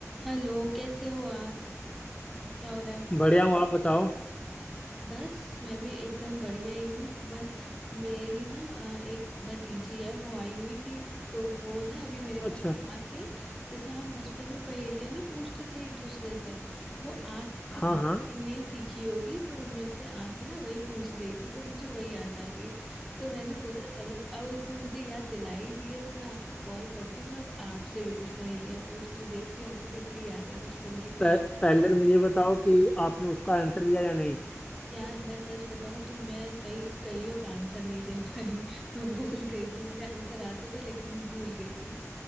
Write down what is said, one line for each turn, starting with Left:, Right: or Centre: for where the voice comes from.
Centre: Hello कैसे हो आप क्या हो रहा है
Left: बढ़िया हूँ आप बताओ
Centre: बस मैं भी एकदम बढ़िया ही हूँ बस मेरी ना अ, एक भतीजी है वो आई हुई थी तो वो ना अभी मेरे
Left: अच्छा
Centre: पास आके जैसे हम बचपन में पहेलियां नहीं पूछते थे एक दूसरे से वो आके खुद
Left: हाँ हाँ
Centre: नई नई सीखी होगी तो वो मेरे से आके ना वही पूछ रही थी तो मुझे वही याद आ गई तो मैंने सोचा चलो अब उसने मुझे याद दिलाई दी है तो मैं आपको कॉल करती हूँ मैं अब आपसे भी कुछ पहेलियां पूछती हूँ देखती हूँ आपको कितनी याद है बचपन की
Left: पह, पहले तो मुझे बताओ कि आपने उसका आंसर दिया या नहीं
Centre: यार मैं सच बताऊं तो मैं कई कईयों का आंसर नहीं दे पाई <laughs> मैं भूल गई थी मुझे आंसर आता था लेकिन मैं भूल गई थी